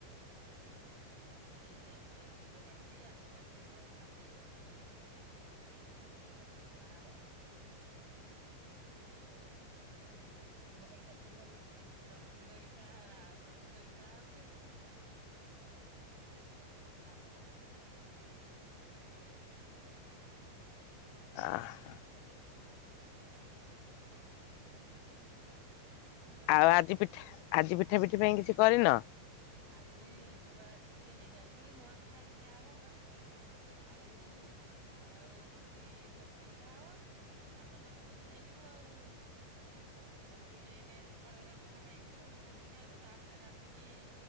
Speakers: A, on the right; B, on the left.
A: ବଢେଇକି ଯାଇ ଯାଇ ଯିବେ ଡାକି ଆସିଲା ସେ ବାଗେଇବ ଦୋଳି। ଦୋଳି ବାଗେଇଲେ ତାପରେ ପଟା ଦୋଳି ଖେଳା ହବ। ଖାଲି ଚକ୍ରୀ ଦୋଳି ଚକ୍ରୀ ଦୋଳି ଖେଳା ଚକ୍ରୀ ଦୋଳି ଖେଳା ହଉଛି ଆଉ। ହଉ ରାମ ଦୋ
B: ଆଁ
A: ଝିଅ ମାନେ ସବୁ
B: ଆଉ
A: ସଜ
B: ଆଜି ପିଠା ଆଜି ପିଠା ପିଠି ପାଇଁ କିଛି କରିନ?
A: ଆଜି କିବା କିଛି ହେଇନି ଆଜି ଖାଲି ମୁଆଁ ପିଠା ସିଝା ହବ ବା ଆଉ ଉଁ କୁ ଆଉ ହଉଛି ଚକୁଳି ପିଠା ହବ। ଆଉ ତାପରେ ତ ଭୋଜି ଖାଇଯିବୁ ଆଉ। ରାତିରେ ଏଇନେ ସକାଳୁ ଏଇରା ପିଠା ଖାଇକି ଯିବୁ। ସେଠି ଭୋଜି ଖାଇବୁ ତାପରେ ରାତିକି